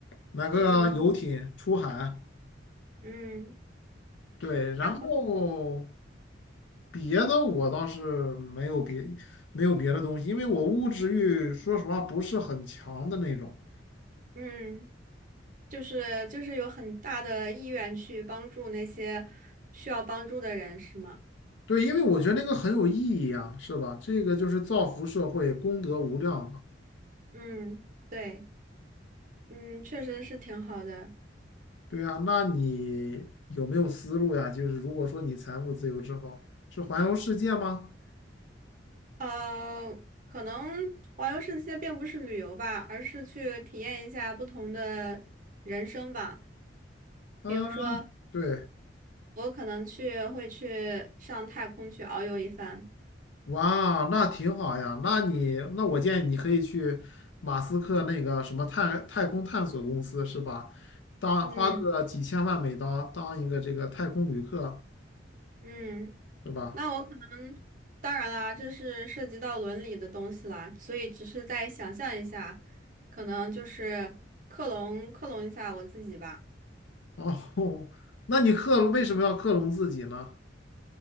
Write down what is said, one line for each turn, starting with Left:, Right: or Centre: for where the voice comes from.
Left: 买个游艇出海。
Right: 嗯嗯，
Left: 对，然后
Right: 然后
Left: 别的我倒是没有别没有别的东西，因为我物质欲说实话不是很强的那种。
Right: 嗯。就是就是有很大的意愿去帮助那些需要帮助的人，是吗？
Left: 对，因为我觉得那个很有意义啊，是吧？这个就是造福社会，功德无量嘛。
Right: 嗯，对，嗯，确实是挺好的。
Left: 对啊，那你有没有思路呀？就是如果说你财务自由之后，是环游世界吗？
Right: 呃，可能环游世界并不是旅游吧，而是去体验一下不同的人生吧。
Left: 嗯，
Right: 比如说，
Left: 对。
Right: 我可能去会去上太空去遨游一番。
Left: 哇，那挺好呀。那你，那我建议你可以去马斯克那个什么太太空探索公司，是吧？当花个几千万美刀当一个这个太空旅客，
Right: 嗯嗯。
Left: 是吧？
Right: 那我可能，当然啦，这是涉及到伦理的东西啦，所以只是在想象一下，可能就是克隆克隆一下我自己吧。
Left: 哦，<laughs> 那你克隆为什么要克隆自己呢？